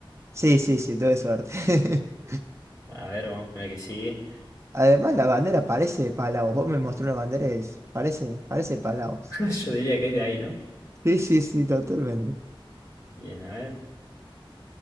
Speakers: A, on the right (about 30°); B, on the left (about 35°).
A: Sí, sí, sí, tuve suerte. <laughs>
B: A ver, vamos con la que sigue.
A: Además, la bandera parece de Palaos. Vos me mostró una bandera y es- parece, parece Palaos.
B: <laughs> Yo diría que es de ahí, ¿no?
A: Sí, sí, sí, totalmente.
B: Bien, a ver.